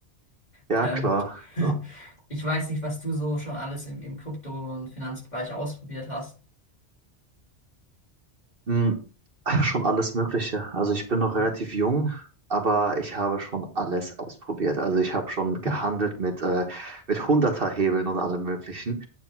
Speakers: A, on the right; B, on the left.
A: Ja,
B: Ähm,
A: klar,
B: <laughs>
A: klar.
B: ich weiß nicht, was du so schon alles im, im Krypto- und Finanzbereich ausprobiert hast.
A: Mhm. Schon alles Mögliche. Also ich bin noch
B: Mhm.
A: relativ jung, aber ich habe schon alles ausprobiert. Also ich habe schon gehandelt
B: Hm,
A: mit, äh, mit Hunderterhebeln und allem Möglichen.